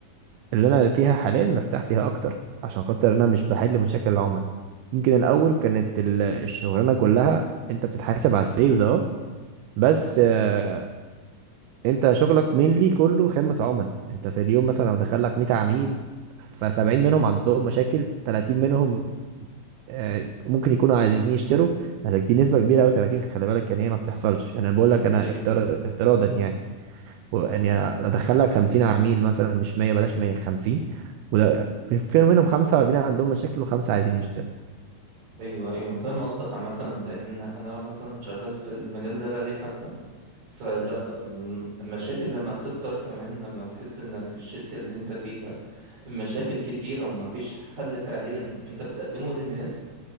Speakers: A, on the right; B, on the right.
A: اللي انا فيها حاليا مرتاح فيها اكتر عشان خاطر انا مش بحل مشاكل العملاء يمكن الاول كانت ال- الشغلانه كلها انت بتتحاسب على السيلز اه بس آه، انت شغلك مينلي كله خدمه عملاء انت في اليوم مثلا لو دخل لك 100 عميل
B: مم.
A: ف70 منهم عندهم مشاكل 30 منهم آه، ممكن يكونوا عايزين يشتروا بس دي نسبه كبيره قوي 30 خلي بالك يعني هي ما بتحصلش يعني انا بقول لك انا
B: ايوه
A: افتر... افتراضا يعني يعني ادخل لك 50 عميل مثلا مش 100 بلاش 150 وده في منهم 45 عندهم مشاكل وخمسه عايزين يشتروا
B: ايوه ايوه فاهم قصدك عامه لان انا مثلا شغال في المجال ده بقى لي حبه فلا الم- المشاكل لما بتكتر كمان لما بتحس انك في الشركه اللي انت فيها المشاكل كتيره وما فيش حل فعليا انت بتقدمه للناس